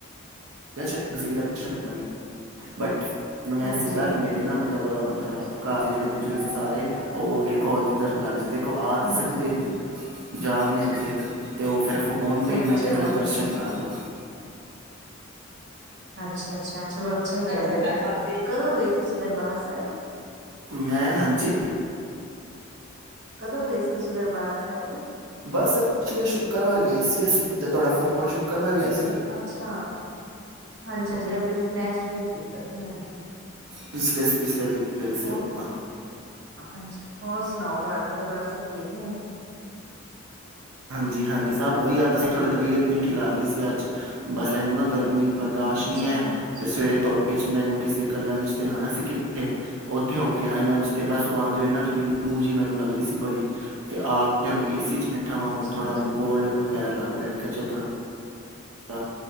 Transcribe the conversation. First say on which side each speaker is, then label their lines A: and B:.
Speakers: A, on the right; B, on the right.
A: ਦਰਸ਼ਨ ਅਸੀਂ ਵੀ ਦਰਸ਼ਨ ਕਰਣੇ, ਬਟ ਮੈਨੂੰ ਐ
B: ਹਾਂਜੀ
A: ਸੀਗਾ ਕਿ ਮੇਰੇ ਨਾ ਮਤਲਬ ਅ ਮਤ ਘ-ਘਾਰ ਜੇੜੇ ਬਜ਼ੁਰਗ ਸੀ ਸਾਰੇ ਓਹ ਵੀ ਕੋਲ 'ਤੇ ਦਰਸ਼ਨ ਕਰ ਰੇ ਸੀ, ਦੇਖੋ ਆ ਤੇ
B: ਹਾਂਜੀ
A: ਸਕਦੇ ਨੀ, ਜਾ ਵੀ ਨੀ ਕਿਦੇ ਤੇ ਔ ਫੇਰ ਫੋਨ 'ਤੇ
B: ਅੱਛਾ
A: ਈ ਮੈਂ ਕਿਆ ਚਲੋ ਦਰਸ਼ਨ
B: ਅੱਛਾ
A: ਕਰ ਲੋ।
B: ਅੱਛਾ ਅੱਛਾ, ਚਲੋ ਅੱਛਾ ਚੱਲ ਐ ਤੇ। ਕਦੋਂ ਗਏ ਤੁਸੀਂ ਦਰਬਾਰ ਸੈਬ?
A: ਮੈਂ ਹਾਂਜੀ।
B: ਕਦੋਂ ਗਏ ਸੀ, ਤੁਸੀਂ ਦਰਬਾਰ ਸੈਬ?
A: ਬਸ ਪਿਛਲੇ ਸ਼ੁੱਕਰਵਾਰ ਗਏ ਸੀ ਅਸੀਂ‌। ਜਦ ਤੁਹਾਡਾ ਫੋਨ ਸ਼ੁੱਕਰਵਾਰ ਵੀ ਆਯ
B: ਅੱਛਾ ਹਾਂਜੀ ਹਾਂਜੀ ਮੈਂ ਪਿਛ ਨੈਕਸਟ ਵੀਕ ਕੀਤਾ ਸੀ, ਹਾਂਜੀ।
A: ਪਿਛਲੇ ਪਿਛਲੇ ਵੀਕ ਹੀ ਗਏ ਸੀ
B: ਔ,
A: ਆਪਾਂ
B: ਹਾਂਜੀ। ਹੋਰ ਸੁ ਸੁਣਾਓ ਘਰ ਪਰਿਵਾਰ ਸਭ ਠੀਕ ਨੇ?
A: ਹਾਂਜੀ ਹਾਂਜੀ, ਸਭ ਵਧੀਆ, ਬਸ ਥੋਡੀ ਤਬੀਅਤ ਨੀ ਠੀ ਲੱਗ ਰੀ ਸੀ ਅੱਜ, ਬਸ ਮੈਨੂੰ ਨਾ ਗਰਮੀ ਬਰਦਾਸ਼ਤ
B: ਅੱਛਾ,
A: ਨੀ ਹੈ ਤੇ ਸਵੇਰੇ ਤੋਪ ਚ ਮੈਨੂੰ ਕਿਸੇ ਦੇ ਘਰ ਲੰਚ ਤੇ ਜਾਣਾ ਸੀ ਕਿੱਥੇ। ਔਥੇ ਹੋ ਕੇ ਆਯਾ ਲੰਚ ਤੇ, ਬਸ ਔ ਆਂਦੇ ਹੋਏ ਨਾ ਥੋੜੀ ਲੂ ਜੀ ਮੈਨੂੰ ਲੱਗਰੀ ਸੀ ਬੜੀ, ਤੇ ਆ ਕੇ ਹੋਣ ਏ ਸੀ ਚ ਬੈ ਠਾ ਵਾ
B: ਅੱਛਾ,
A: ਹੁਣ ਥੋੜ੍ਹਾ ਮੈਨੂੰ ਕੋਲਡ ਵਗੈਰਾ ਲਗ ਰਿਐ, ਮੈਂ ਕਿਆ ਚਲ ਥੋੜਾ